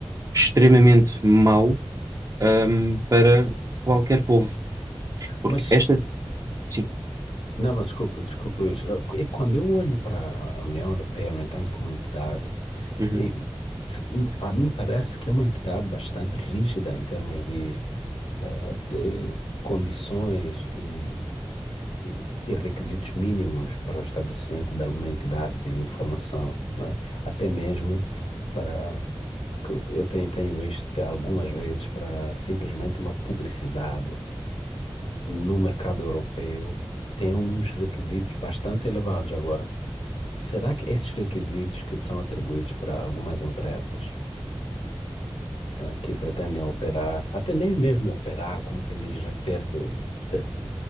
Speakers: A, on the right (about 35°); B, on the left (about 80°).
A: extremamente mau, ahm, para qualquer povo. Porque
B: Mas,
A: esta, sim,
B: não, não, desculpe, desculpe, Luís. Ah, E quando eu olho para a União Europeia, no entanto, como entidade,
A: uhum,
B: e- a mim parece que é uma entidade bastante rígida em termos de, ah, de condições e e, e requisitos mínimos para o estabelecimento de alguma entidade de informação, não é? Até mesmo para que eu tenho, tenho visto que algumas vezes para simplesmente uma publicidade no mercado europeu tem uns requisitos bastante elevados agora. Será que esses requisitos que são atribuídos para algumas empresas eh, que pretendem operar, até nem mesmo operar, como quem diz, ter, ter, ter,